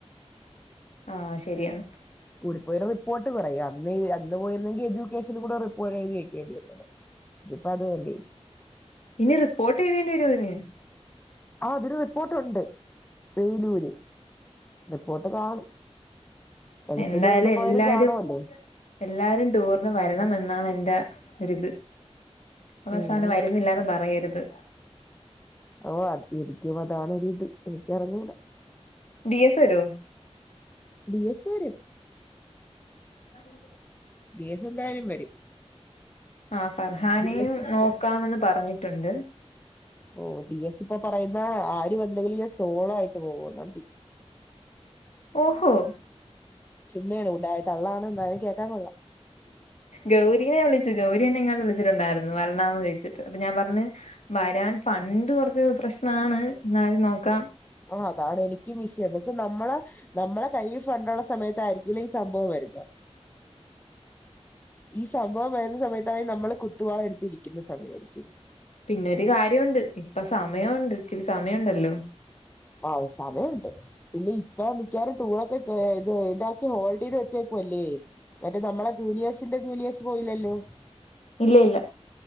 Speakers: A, on the left; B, on the left.
A: ആഹ് ശെരിയാണ്
B: കൂടിപ്പോയൊരു റിപ്പോർട്ട് പറയ. അന്ന് അന്ന് പോയിരുന്നെങ്കി യജു ക്കേഷനും കൂടി റിപ്പോർട്ട്‌ എഴുതി വക്കേണ്ടി വന്നേനെ ഇതിപ്പത് വേണ്ട
A: ഇഞ്ഞ് റിപ്പോർട്ട് എഴ്തേണ്ടി വരു <unintelligible>
B: ആഹ് ഇതിന് റിപ്പോർട്ട് ഉണ്ട് പെയിനൂര് റിപ്പോർട്ട് കാണും അത്
A: എന്തായാലും
B: പിന്നെ എവിടെ പോയാലും
A: എല്ലാരും
B: കാണ്വാല്ലോ
A: എല്ലാരും ടൂറിന് വരണം എന്നാണ് എന്റെ ഒര്ത് അവസാനം
B: ഉം
A: വരുന്നില്ല എന്ന് പറയര്ത്
B: ഓ എരിക്കും അതാണരിത് എനിക്ക് അറിഞ്ഞൂടാ.
A: ഡി എസ് വരോ
B: ബി എസ് വരും
A: <unintelligible>
B: ബി എസ് എന്താലും വരും
A: ആ ഫർഹാനെയും
B: ഡി എസ് ഇപ്പ
A: നോക്കാമെന്ന് പറഞ്ഞിട്ടുണ്ട്
B: ഓ ഡി എസ് ഇപ്പ പറയുന്ന് ആരു കൊണ്ടോയില്ലെങ്കി ഞാൻ സോളോ ആയിട്ട് പോവൊന്ന്
A: ഓഹോ
B: ചുമ്മയാണ് ഉടായ തള്ളാണ് എന്താലും കേക്കാൻ കൊള്ള.
A: ഗൗരിനെ വിളിച്ചു. ഗൗരി എന്നെ ഇങ്ങാട്ട് വിളിച്ചിട്ടുണ്ടായിര്ന്നു. വര്ണൊ എന്ന് ചോയ്ച്ചിട്ട്. അപ്പൊ ഞാൻ പറ്ഞ്ഞ് വരാൻ ഫണ്ട് കൊറ്ച്ച് പ്രശ്നാണ്. ഇന്നാലും നോക്കാം
B: ഓഹ് അതാണ് എനിക്കും വിഷ്യം എന്തച്ച നമ്മള് നമ്മളെ കൈയി ഫണ്ടുള്ള സമയത്തായിരിക്കില്ല ഈ സംഭവം വെരുന്ന ഈ സംഭവം വരുന്ന സമയത്താണെങ്കിൽ നമ്മള് കുത്തുവാള എടുത്തിരിക്കുന്ന സമയായിരിക്കും
A: പിന്നൊരു കാര്യ ഉണ്ട് ഇപ്പ സമയ ഉണ്ട് ഇച്ചിരി സമയണ്ടല്ലോ
B: ആ സമയംഉണ്ട്. ഇല്ല ഇപ്പൊ മിക്കാറ് ടൂർ ഒക്കെ ഇത് ഇതാക്കി ഹോൾഡ ചെയത് വച്ചേക്കുല്ലേ മറ്റേ നമ്മെ ജൂനിയേഴ്സിന്റെ ജൂനിയേഴ്സ് പോയില്ലല്ലോ
A: ഇല്ല ഇല്ല